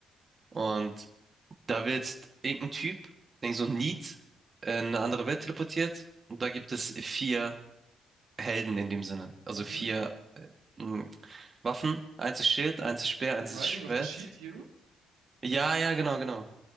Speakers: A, on the right (about 40°); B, on the right (about 85°).
A: Und da wird irgendein Typ, irgend so ein Need, äh, in eine andere Welt teleportiert. Und da gibt es vier Helden in dem Sinne. Also
B: ja. mhm.
A: vier hm, Waffen, eins ist Schild, eins ist Speer, eins
B: Rising
A: ist Schwert.
B: of the Shield Hero?
A: Ja, ja, genau, genau.